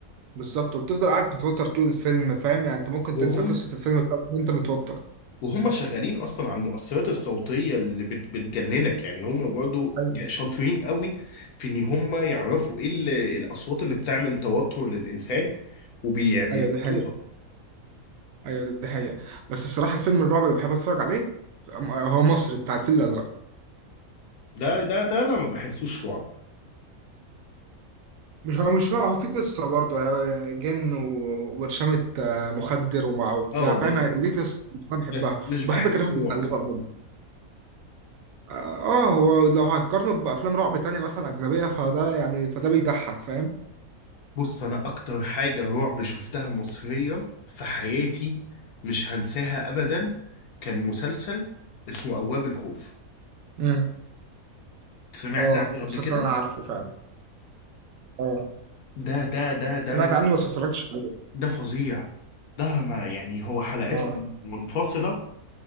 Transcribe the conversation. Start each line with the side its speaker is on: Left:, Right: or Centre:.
Right: بالظبط وبتفضل قاعد متوتر طول الفيلم فاهم يعني انت ممكن
Left: وهم
Right: تنسى قصه الفيلم بتاعك وانت متوتر
Left: وهم شغالين اصلا على المؤثرات الصوتيه اللي بت بتجننك يعني هم برضو
Right: ايوه دي
Left: شاطرين
Right: حقيقة.
Left: قوي في ان هم يعرفوا ايه ال- الاصوات اللي بتعمل توتر للانسان وبيحطوها
Right: ايوه دي حقيقه ايوه دي حقيقه بس الصراحه الفيلم الرعب اللي بحب اتفرج عليه هو مصري بتاع الفيل الازرق
Left: ده ده ده انا ما بحسوش رعب
Right: مش هو مش هو هو في قصة برضه هو جن و- وبرشامة آه، مخدر ومع وبتاع
Left: اه بس
Right: فاهم ليه قصة أنا بحبها
Left: بس مش
Right: وبحب
Left: بحسه
Right: كريم عبد
Left: رعب
Right: العزيز
Left: قوي
Right: عموما آه آه، هو لو هتقارنه بأفلام رعب تانية مثلا أجنبية فده يعني فده بيضحك فاهم
Left: بص انا اكتر حاجه رعب شفتها مصريه في حياتي مش هنساها ابدا كان مسلسل اسمه ابواب الخوف
Right: امم
Left: سمعت
Right: آه
Left: عنه قبل
Right: مسلسل
Left: كده
Right: أنا عارفه فعلا آه
Left: ده ده ده
Right: سمعت
Left: ده
Right: عنه بس ما اتفرجتش عليه
Left: ده فظيع ده ما يعني هو حلقات
Right: آه
Left: منفصلة